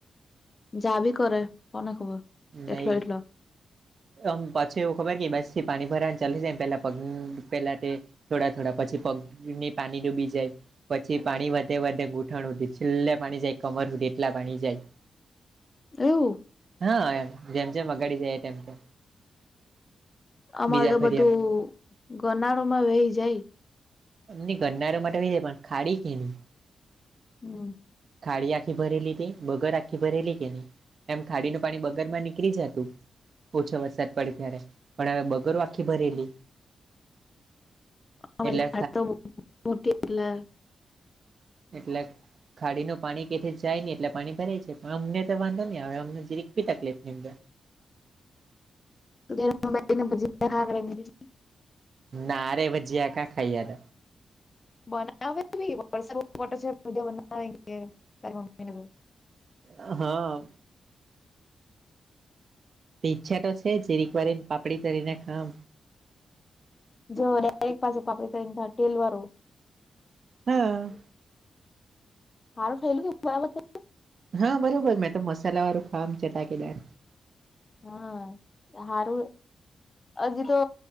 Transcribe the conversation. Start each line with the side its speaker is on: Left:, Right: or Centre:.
Left: જા બી કરે કોને ખબર એકલો
Right: નહી
Left: એકલો
Right: આમ પછી એવું ખબર કે બસ થી પાણી ભરાવા ચા જાય પેલા પગ પેલા તે થોડા થોડા પછી પગ ની પાણી ડૂબી જાય પછી પાણી વધે વધે ઘૂંટણ છેલ્લે પાણી જાય કમર એટલા પાણી જાય <inaudible>
Left: એવું
Right: હા એમ જેમ જેમ અગાડી જાય તેમ તેમ
Left: અમારે
Right: બીજા
Left: તો
Right: ફેરિયામાં
Left: બધું ગનાળો માં વહી જાય
Right: ની ગરનાળા <unintelligible> જાય પણ ખાડી કેની
Left: હમ
Right: ખાડી આખી ભરેલી તે બગર આખી ભરેલી કે ની એમ ખાડીનું પાણી બગર માં નીકળી જતું ઓછો વરસાદ પડે ત્યારે પણ અવે બગરો આખી ભરેલી
Left: અમારી
Right: એટલે
Left: <inaudible> મોટી એટલે
Right: એટલેક ખાડી નો પાણી કેથી જાય ની એટલે પાણી ભરા છે પણ અમને તો વાંધો ની આવે અમને જેઈ તકલીફ ની
Left: <inaudible>
Right: નારે ભજીયા કયા ખઈ હક
Left: બનાવે કે નહીં વરસાદ બહું પડતો છેતો બનાવે કે તારી મમ્મીને જઇન
Right: અહ ઈચ્છા તો છે જીરીક વાર રેયને પાપડી તરીને ખામ
Left: જો ડરેક પાસો પાપડી તડીને ખાય ટેલ વારું
Right: હા
Left: હારું થયેલું કે ની બરાબર તે
Right: હા બરોબર મેં તો મસાલાવારુ ખામ ચટાકેદાર.
Left: હા હારું હજી તો